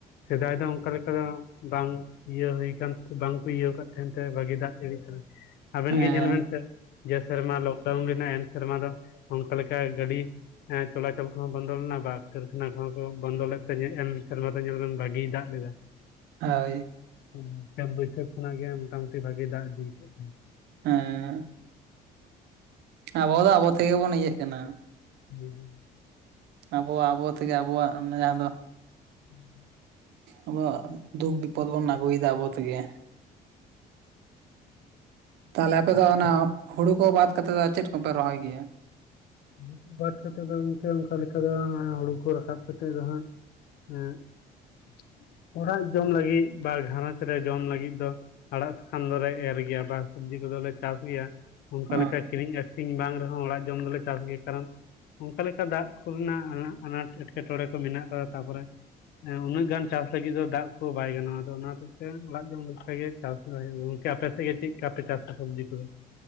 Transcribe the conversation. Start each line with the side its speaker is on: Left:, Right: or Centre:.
Left: ᱥᱮᱫᱟᱭ ᱫᱚ ᱚᱱᱠᱟ ᱞᱮᱠᱟᱹ ᱵᱟᱝ ᱤᱭᱟᱹ ᱦᱩᱭ ᱠᱟᱱ ᱵᱟᱝ ᱤᱭᱟᱹᱣ ᱟᱠᱟᱫ ᱛᱟᱦᱮᱱ ᱛᱮ ᱵᱷᱟᱹᱜᱤ ᱫᱟᱜ ᱡᱟᱹᱲᱤ ᱠᱟᱱᱟ ᱟᱵᱮᱱ
Right: ᱦᱮᱸ
Left: ᱜᱮ ᱧᱮᱞ ᱵᱮᱱ ᱥᱮ ᱡᱮ ᱥᱮᱨᱢᱟ ᱫᱚ ᱟᱣᱩᱱ ᱨᱮᱱᱟᱜ ᱮᱱ ᱥᱮᱨᱢᱟ ᱫᱚ ᱚᱱᱠᱟ ᱞᱮᱠᱟ ᱜᱟᱹᱰᱤ ᱦᱮᱸ ᱪᱚᱞᱟᱪᱚᱞ ᱠᱚᱦᱚᱸ ᱵᱚᱱᱫᱚ ᱞᱮᱱᱟ ᱵᱟ ᱠᱟᱨᱠᱷᱟᱱᱟ ᱠᱚᱦᱚᱸ ᱠᱚ ᱵᱚᱱᱫᱚ ᱞᱮᱫ ᱛᱮ ᱧᱮᱞ ᱥᱮᱨᱢᱟ ᱫᱚ ᱧᱮᱞ ᱞᱮ ᱵᱷᱟᱜᱤᱭ ᱫᱟᱜ ᱞᱮᱫᱟᱭ <unintelligible>
Right: ᱦᱳᱭ
Left: ᱦᱮ ᱪᱟᱹᱛ ᱵᱟᱹᱭᱥᱟᱹᱠ ᱠᱷᱚᱱᱟᱜ ᱜᱮ ᱢᱳᱚᱴᱟᱢᱩᱴᱤ ᱵᱷᱟᱜᱤ ᱫᱟᱜ ᱤᱫᱤᱠᱟᱜ ᱛᱟᱦᱮ ᱱᱟ
Right: ᱦᱮᱸ ᱟᱵᱚ ᱫᱚ ᱟᱵᱚ ᱛᱮᱜᱮ ᱵᱚᱱ ᱤᱭᱟᱹᱜ ᱠᱟᱱᱟ
Left: ᱦᱩᱸ ᱦᱩᱸ
Right: ᱟᱵᱚᱣᱟᱜ ᱟᱵᱚ ᱛᱮᱜᱮ ᱟᱵᱚᱣᱟᱜ <unintelligible> ᱡᱟᱦᱟᱸ ᱫᱚ
Left: <unintelligible>
Right: ᱟᱵᱚᱣᱟᱜ ᱫᱩᱠ ᱵᱤᱯᱚᱫ ᱵᱚᱱ ᱟᱹᱜᱩᱭᱮᱫᱟ ᱟᱵᱚ ᱛᱮᱜᱮ <inaudible> ᱛᱟᱦᱚᱞᱮ ᱟᱯᱮ ᱫᱚ ᱚᱱᱟ ᱦᱩᱲᱩ ᱠᱚ ᱵᱟᱫ ᱠᱟᱛᱮ ᱫᱚ ᱪᱮᱫ ᱠᱚᱯᱮ ᱨᱚᱦᱚᱭ ᱜᱮᱭᱟ
Left: <unintelligible> ᱵᱟᱫ ᱠᱟᱛᱮ ᱫᱚ ᱮᱛᱮ ᱚᱱᱠᱟ ᱞᱮᱠᱟ ᱫᱚ <unintelligible> ᱦᱩᱲᱩ ᱠᱚ ᱨᱟᱠᱟᱵ ᱠᱟᱛᱮᱜ ᱫᱚ ᱦᱟᱸᱜ ᱦᱮᱸ <inaudible> ᱚᱲᱟᱜ ᱡᱚᱢ ᱞᱟᱹᱜᱤᱫ ᱵᱟ ᱜᱷᱟᱨᱚᱸᱡᱽ ᱨᱮ ᱡᱚᱢ ᱞᱟᱹᱜᱤᱫ ᱫᱚ ᱟᱲᱟᱜ ᱥᱟᱠᱟᱱ ᱫᱚᱞᱮ ᱮᱻᱨ ᱜᱮᱭᱟ ᱵᱟ ᱥᱚᱵᱽᱡᱤ ᱠᱚᱫᱚᱞᱮ ᱪᱟᱥ ᱜᱮᱭᱟ ᱚᱱᱠᱟ
Right: ᱚ
Left: ᱞᱮᱠᱟ ᱠᱤᱨᱤᱧ ᱟᱹᱠᱷᱨᱤᱧ ᱵᱟᱝ ᱨᱮᱦᱚᱸ ᱚᱲᱟᱜ ᱡᱚᱢ ᱫᱚᱞᱮ ᱪᱟᱥ ᱜᱮ ᱠᱟᱨᱚᱱ ᱚᱱᱠᱟ ᱞᱮᱠᱟ ᱫᱟᱜ ᱠᱚᱨᱮᱱᱟᱜ <unintelligible> ᱟᱱᱟᱴ ᱮᱸᱴᱠᱮᱴᱚᱬᱮ ᱠᱚ ᱢᱮᱱᱟᱜ ᱠᱟᱫᱟ ᱛᱟᱨᱯᱚᱨᱮ <unintelligible> ᱩᱱᱟᱹᱜ ᱜᱟᱱ ᱪᱟᱥ ᱞᱟᱹᱜᱤᱫ ᱫᱚ ᱫᱟᱜ ᱠᱚ ᱵᱟᱭ ᱜᱟᱱᱚᱜᱼᱟ ᱟᱫᱚ ᱚᱱᱟ ᱦᱚᱛᱮᱡᱛᱮ ᱚᱲᱟᱜ ᱡᱚᱢ ᱞᱮᱠᱟᱜᱮ ᱪᱟᱥ <unintelligible> ᱜᱚᱢᱠᱮ ᱟᱯᱮ ᱥᱮᱫ ᱜᱮ ᱪᱮᱫ ᱞᱮᱠᱟ ᱯᱮ ᱪᱟᱥᱟ ᱥᱚᱵᱽᱡᱤ ᱠᱚᱫᱚ